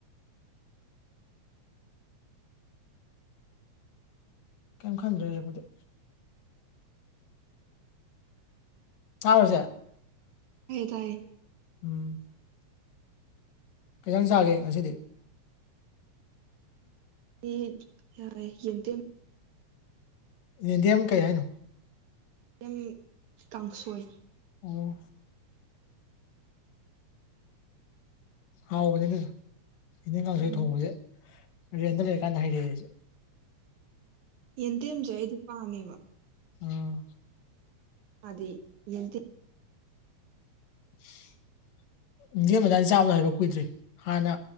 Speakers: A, on the left (about 70°); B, on the right (about 85°).
A: ꯀꯩꯝ ꯈꯟꯗ꯭ꯔꯦꯖꯤꯛꯄꯗꯤ ꯆꯥꯕꯔꯖ
B: ꯇꯥꯏꯌꯦ ꯇꯥꯏ
A: ꯎꯝ ꯈꯤꯇꯪ ꯆꯥꯒꯦ ꯉꯁꯤꯗꯤ
B: ꯎꯝ ꯌꯥꯔ ꯌꯦꯇꯦ
A: ꯌꯦꯗꯤ ꯑꯃ ꯀꯩ ꯍꯥꯏꯅꯣ
B: ꯌꯥꯝ ꯀꯥꯡꯁꯣꯏ
A: ꯑꯣ ꯍꯥꯎꯕꯅꯤ ꯑꯗꯨꯁꯨ ꯏꯅꯦ ꯀꯥꯡꯁꯣꯏ
B: ꯎꯝ
A: ꯊꯣꯡꯕꯁꯦ ꯔꯦꯟꯗ ꯂꯩꯔꯀꯥꯟꯗ ꯍꯩꯔꯛꯑꯦꯁꯦ
B: ꯌꯦꯟꯗꯦꯝꯁꯦ ꯑꯩꯗꯤ ꯄꯥꯥꯝꯃꯤꯕ
A: ꯑꯣ
B: ꯑꯗꯨꯗꯦ ꯌꯦ
A: <unintelligible> ꯌꯦꯟꯕꯅꯤ ꯆꯥꯕꯗ ꯍꯥꯏꯕ ꯀꯨꯏꯗ꯭ꯔꯤ ꯍꯥꯟꯅ